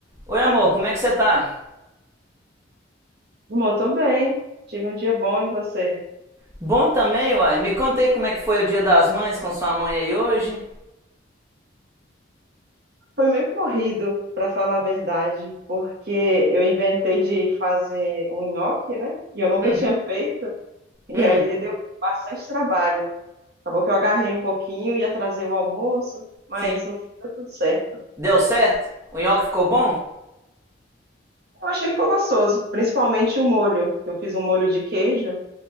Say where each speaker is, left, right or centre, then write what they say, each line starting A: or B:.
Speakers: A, on the right (about 15°); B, on the right (about 55°).
A: Oi, amor, como é que você tá?
B: Amor, tô bem. Tive um dia bom e você?
A: Bom também, uai. Me contei como é que foi o Dia das Mães com sua mãe aí hoje.
B: Foi meio corrido, para falar a verdade, porque eu inventei de fazer um nhoque, né? E eu nunca
A: Uhum.
B: tinha feito, e
A: Hum,
B: aí deu bastante trabalho. Acabou que eu agarrei um pouquinho, ia trazer o almoço, mas
A: sim.
B: no fim deu tudo certo.
A: Deu certo? O nhoque ficou bom?
B: Eu achei que ficou gostoso, principalmente o molho. Eu fiz um molho de queijo,